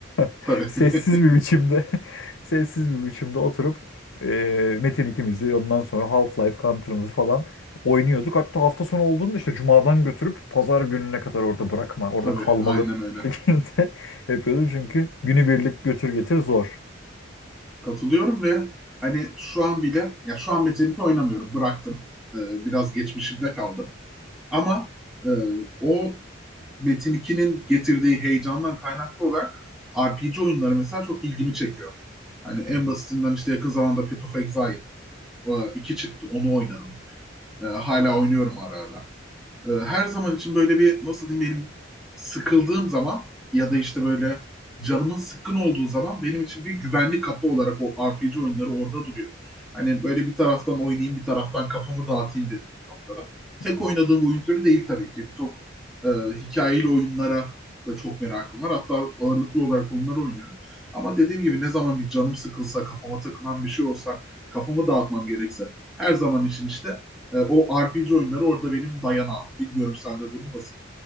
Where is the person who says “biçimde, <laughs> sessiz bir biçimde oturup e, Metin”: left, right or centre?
Left